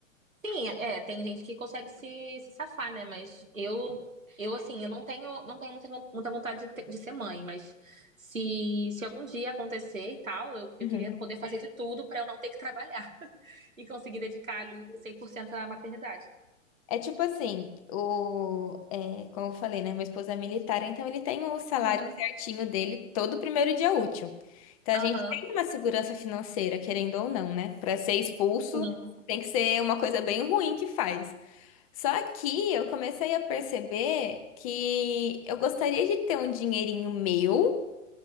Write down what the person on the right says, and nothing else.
Sim, é, tem gente que consegue se, se safar, né? Mas eu, eu assim, eu não tenho, não tenho muita, muita vontade de, ter- de ser mãe, mas se, se algum dia acontecer e tal, eu,
eu queria poder fazer de tudo pra eu não ter que trabalhar <laughs> e conseguir dedicar ali cem por cento à maternidade.
Uhum.
Aham.
Sim,